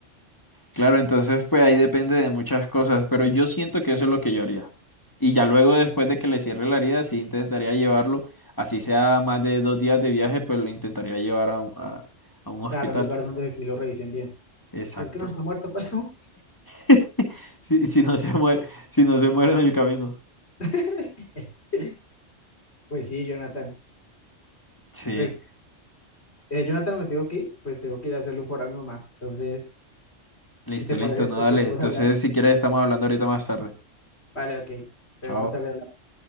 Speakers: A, on the left; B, on the left.
A: Claro, entonces pues ahí depende de muchas cosas, pero yo siento que eso es lo que yo haría. Y ya luego después de que le cierre la herida, sí intentaría llevarlo, así sea más de dos días de viaje, pues lo intentaría llevar a, un- a, a un hospital.
B: Claro, un lugar donde sí lo revisen bien.
A: Exacto.
B: Si es que no está muerto, pasó.
A: <laughs> Si, si no se muere, si no se muere en el camino.
B: <laughs> Pues sí, Jonathan.
A: Sí,
B: Pues, eh, Jonathan, me tengo que ir, pues tengo que ir a hacerle un foro a mi mamá. Entonces,
A: listo,
B: si te parece,
A: listo,
B: después
A: no, dale.
B: volvemos
A: Entonces,
B: a hablar.
A: si quieres, estamos hablando ahorita más tarde.
B: Vale, ok. Entonces,
A: Chao.
B: más tarde hablamos.